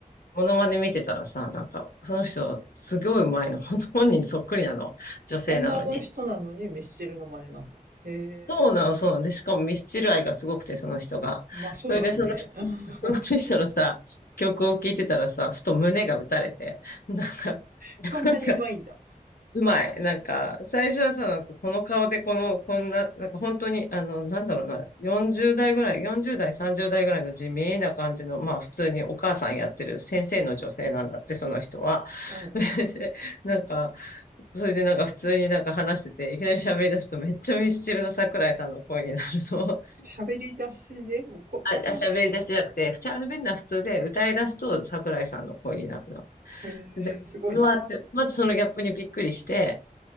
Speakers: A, on the left; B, on the right.
A: モノマネ見てたらさ、なんかその人すごいうまいの、本当本人そっくりなの、女性なのに。
B: 女の人なのにミスチルの真似なんだ。へえ、
A: そうなの、そうなの。で、しかもミスチル愛がすごくて、その人が。
B: まあそうだろうね。
A: それで、その、
B: <laughs>
A: その人のさ、曲を聴いてたらさ、ふと胸が打たれて、なんか、
B: そんなにうまいんだ。
A: なんか、うまい。なんか、最初はさ、なんかこの顔でこの、こんな、なんか本当に、あの、なんだろうな、40代ぐらい、40代、30代ぐらいの地味な感じの、まあ普通にお母さんやってる先生の女性なんだって、その人は。
B: うんうん。
A: <laughs> で、なんか、それでなんか普通になんか話してて、いきなり喋り出すとめっちゃミスチルの桜井さんの声になるの。<laughs>
B: 喋り出しで、もうこ普通のし、
A: あ、あ喋り出しじゃなくて、喋るのは普通で歌い出すと桜井さんの声になるの。
B: へ
A: で、
B: え、すごいね。
A: うわーって、まずそのギャップにびっくりして、